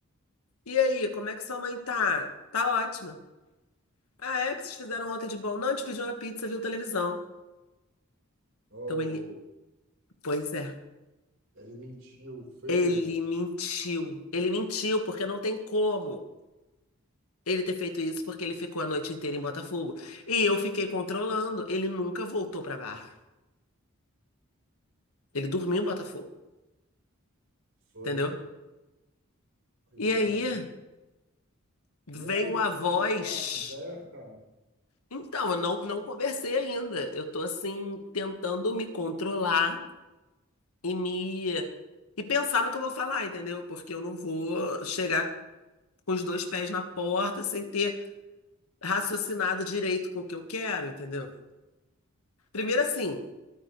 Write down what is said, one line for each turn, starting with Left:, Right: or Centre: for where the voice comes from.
Left: E aí, como é que sua mãe tá? Tá ótima. Ah, é O que vocês fizeram ontem de bom? Não, a gente pediu uma pizza, viu televisão.
Right: Ou
Left: Então ele. Pois é.
Right: ele mentiu, feio.
Left: Ele mentiu. Ele mentiu, porque não tem como. ele ter feito isso porque ele ficou a noite inteira em Botafogo. E eu fiquei controlando, ele nunca voltou pra Barra. Ele dormiu em Botafogo,
Right: Foi.
Left: entendeu?
Right: Imagina.
Left: E aí vem
Right: E aí, vocês
Left: a voz.
Right: tiveram uma conversa?
Left: Então, eu não, não conversei ainda. Eu tô assim, tentando me controlar e me. E pensar no que eu vou falar, entendeu? Porque eu não vou chegar com os dois pés na porta sem ter raciocinado direito com o que eu quero, entendeu? Primeiro assim,